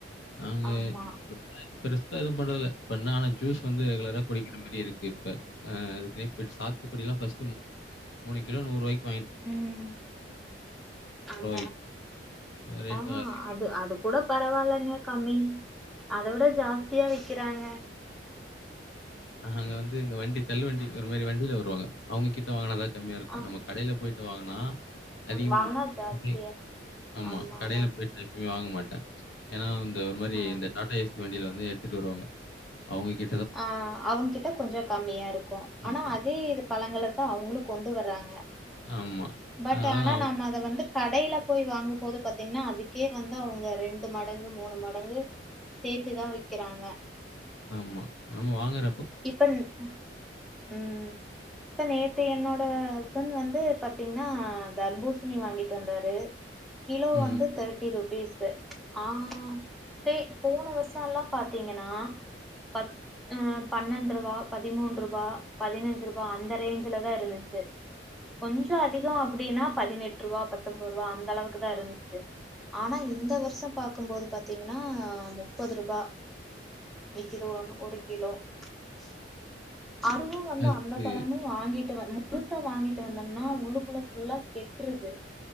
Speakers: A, on the left; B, in the centre.
A: அங்க
B: ஆமா
A: <unintelligible> ப்ரஷ் எது பண்றல இப்பண்ணான ஜூஸ் வந்து ரெகுலராக குடிக்கிற மாரி இருக்கு ப்ப அ அதுலயே போய்ட்டு சாத் இப்டிலா பஸ்ட்டு மு மூணு கிலோ நூறுவாய்க்
B: உம் அத
A: விக்கும். ரேட்
B: ஆஹ்
A: அதிகம்.
B: அது அது கூட பரவாயில்லங்க கம்மி அத விட ஜாஸ்தியா விக்கிறாங்க
A: அஹா அங்க வந்து இங்க வண்டி தள்ளு வண்டி ஒரு மாரி வண்டியில வருவாங்க அவங்க கிட் வாங்குனதா கம்மியா இருக்கு
B: ஆ
A: நம்ம கடையில் போயிட்டு வாங்க ஆ அதிகமா
B: வாங்குனா ஜாஸ்தியா
A: <inaudible> ஆமா
B: ஆமாங்க
A: கடையில் போயிட்டு எப்பமே வாங்க மாட் த ஏன்னா ஒரு மாதிர
B: ஆ
A: இந்த டாட்டா எஸி வண்டியில் வந்து எடுத்து வித்துட்டு வருவாங்க அவங்க கே
B: ஆ அவங்க கிட்ட கொஞ்ச கம்மியா இருக்கு
A: ஆமா,
B: ஆனா அதே இது பழங்களை தா அவங்களு கொண்டு வராங்க
A: ஆமா.
B: பட்
A: அதனால
B: ஆனா
A: நான்
B: நாம அத வந்து கடையில போய் வாங்கும்போது பாத்தீங்கன்னா அதுக்கே வந்து அவங்க ரெண்டு மடங்கு மூணு மடங்கு சேத்துதா விக்கிறாங்க
A: ஆமா நம்ம வாங்குற
B: இப்ப ம் ம் இப்ப நேத்து என்னோ என்னோட ஹஸ்பண்ட் வந்து பாத்தீங்கன்னா தர்பூசணி வாங்கிட்டு வந்தாரு கிலோ
A: ம்.
B: வந்து தேர்ட்டி ரூபீஸ்சு ஆ டோய் போன வருஷ எல்லா பாத்தீங்கனா பத் ம் பன்னெண்டு ரூபா பதிமூண்ட்ரூபா பதினஞ்சு ரூபா அந்த ரேஞ்ச்ல தா இருந்துச்சு கொஞ்சம் அதிகம் அப்டின்னா பதினெட்டு ரூபா பத்தோம்பதுரூபா அந்த அளவுக்கு தா இருந்துச்சி ஆனா இந்த வருஷம் பாக்கும்போது பாத்தீங்கன்னா முப்பது ரூபா விக்குது ஒன்னு ஒரு கிலோ <inaudible> அதுவு வந்து
A: அதுக்கு
B: அந்த பழமு வாங்கி ட்டு வந்து முழுசா வாங்கிட்டு வந்தோம்னா உள்ளுக்குள்ள ஃபுல்லா கெட்டுருது